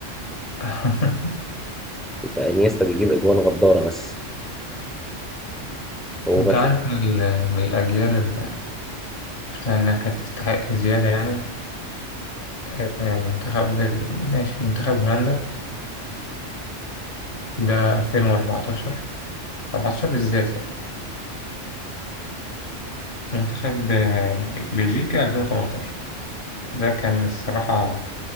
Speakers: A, on the left (about 45°); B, in the centre.
A: <laughs>
B: ده انيستا بيجيب أجوان غدارة بس هو
A: انت
B: ماشي
A: عارف من, ال- من الاجيال اللي شفتها انها كانت تستحق زياده يعني آه، منتخب ماشي منتخب هولندا ده 2014 14 بالذات يعني ومنتخب آه، بلجيكا 2018 ده كان الصراحه